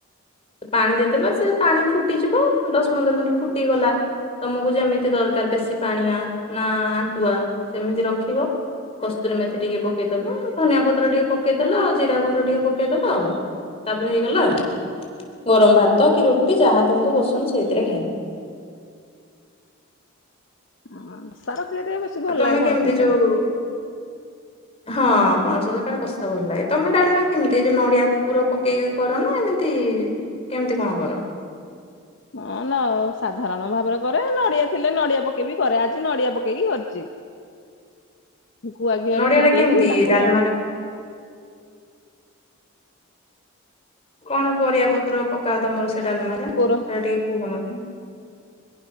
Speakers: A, on the left; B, on the left.
A: ପାଣି ଦେଇଦବା ସେ ପାଣି ଫୁଟିଯିବ ଦଶ ପନ୍ଦର ମିନିଟ ଫୁଟିଗଲା। ତମକୁ ଯେମିତି ଦରକାର ବେଶୀ ପାଣିଆ ନା ଆଣ୍ଟୁଆ ସେମିତି ରଖିବ। କସ୍ତୁରୀ ମେଥି ଟିକେ ପକେଇଦବ ଧନିଆ ପତ୍ର ଟିକେ ପକେଇଦେଲ ଜିରା ଗୁଣ୍ଡ ଟିକେ ପକେଇଦବ ଆଉ ତାପରେ ହେଇଗଲା ଆଉ। ଗରମ ଭାତ କି ରୁଟି ଯାହା ତୁମକୁ ପସନ୍ଦ ସେଇଥିରେ ଖାଇବ।
B: ହଁ <unintelligible> ବେଶୀ ଭଲ
A: ଆଉ ତମେ
B: ଲାଗେ ପଣସ
A: କେମିତି
B: ତରକାରୀ।
A: ଯୋଉ ହଁ ପଣସ ତରକାରୀ କଷା ଭଲ ଲାଗେ ତମେ ଡାଲମା କେମିତି ଏ ଯୋ ନଡିଆ ପୁର ପ କେହି କର ନା ଏମିତି କେମିତି କଁ କର?
B: ହଁ ଲ ସାଧାରଣ ଭାବରେ କରେ ନଡିଆ ଥିଲେ ନଡିଆ ପକେଇବି କରେ ଆଜି ନଡିଆ ପକେଇକି କରିଚି। ଗୁଆ ଘିଅରେ
A: ନଡିଆ
B: ଫୁଟେଇକି
A: ଟା କେମିତି
B: ତାକୁ
A: ଡାଲମାରେ
B: ନଡି
A: କଣ ପରିବା ପତ୍ର ପକାଅ ତମର ସେ ଡାଲମାରେ ସେରା
B: କୋର
A: ଟିକେ କୁହ ମ